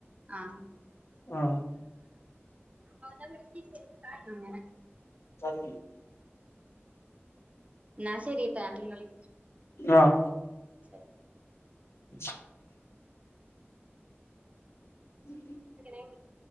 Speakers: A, on the right; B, on the left.
A: ആഹ്
B: ആ
A: അങ്ങനെ
B: <unintelligible>
A: ന്നാ ശെരീട്ടാ ഞാൻ പിന്നെ വിളി
B: ആഹ്
A: ശെരി
B: <unintelligible> <inaudible>
A: <unintelligible>